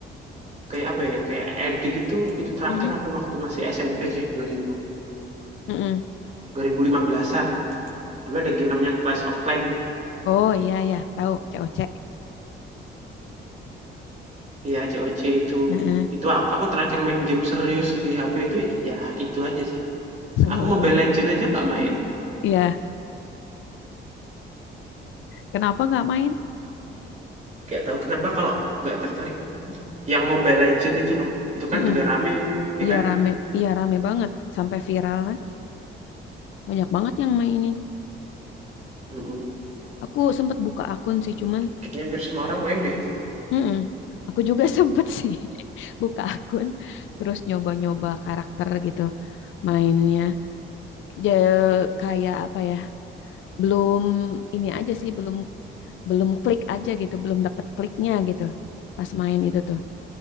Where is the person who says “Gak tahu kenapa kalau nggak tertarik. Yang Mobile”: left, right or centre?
Right